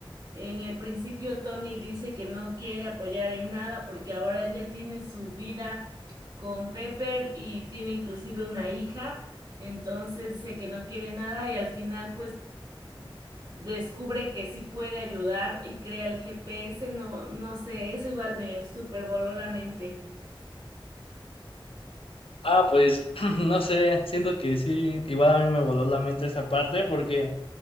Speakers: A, on the right (about 55°); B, on the left (about 85°).
A: en el principio, Tony dice que no quiere apoyar en nada porque ahora él ya tiene su vida con Pepper y tiene inclusive una hija, entonces dice que no quiere nada y al final pues descubre que sí puede ayudar y crea el GPS, no, no sé, eso igual me super voló la mente.
B: Ah, pues <clears throat> no sé, siento que sí, igual a mí me voló la mente esa parte, porque